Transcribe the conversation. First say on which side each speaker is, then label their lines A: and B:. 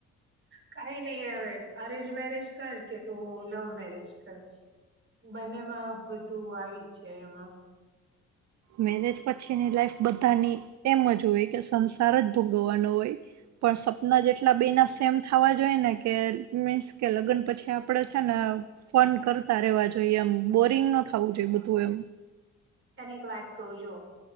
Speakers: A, on the right (about 40°); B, on the right (about 65°).
A: કઈ નઈ હવે અરેન્જ મેરેજ કર કે તું લવ મેરેજ કર બંનેમાં બધું આવીજ જાય એમાં.
B: મેરેજ પછીની લાઈફ બધાની એમ જ હોય કે સંસાર જ ભોગવવાનો હોય, પણ સપના જેટલા બે ના સેમ થવા જોઈએ, ને કે મીન્સ કે, લગ્ન પછી આપણેે છે ને ફન કરતા રહેેવા જોઈએ, એમ. બોરિંગ ન થવું જોઈએ બધું, એમ.
A: તને એક વાત કહું જો.